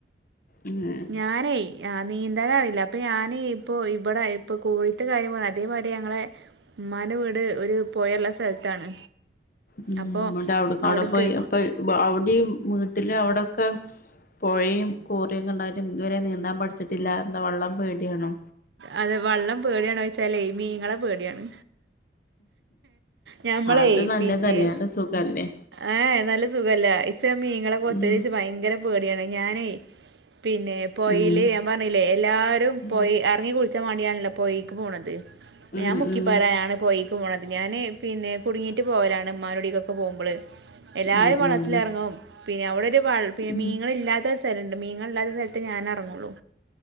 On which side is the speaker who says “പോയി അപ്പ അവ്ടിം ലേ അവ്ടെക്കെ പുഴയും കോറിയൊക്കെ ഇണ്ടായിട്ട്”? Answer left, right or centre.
Left